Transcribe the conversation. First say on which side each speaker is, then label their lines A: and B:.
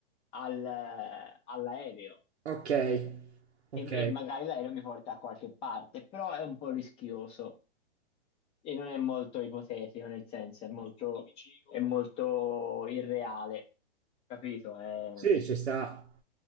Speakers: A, on the left; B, on the right.
A: al- all'aereo
B: Ok, ok,
A: e, e magari l'aereo mi porta a qualche parte, però è un po' rischioso e non è molto ipotetico, nel senso è molto, è molto irreale, capito? È-
B: sì, ci sta.